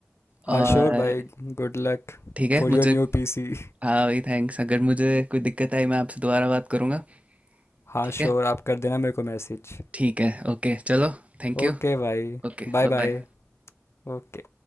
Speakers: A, on the right (about 30°); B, on the left (about 70°).
A: और
B: हाँ श्योर भाई good luck
A: ठीक है
B: for
A: मुझे
B: your new PC
A: हाँ भाई थैंक्स अगर मुझे कोई दिक्कत आई मैं आपसे दोबारा बात करूँगा
B: हाँ
A: ठीक
B: श्योर
A: है
B: आप कर देना मेरे को मैसेज
A: ठीक है ओके चलो Thank you
B: ओके भाई
A: Okay
B: Bye
A: bye
B: bye
A: bye
B: ओके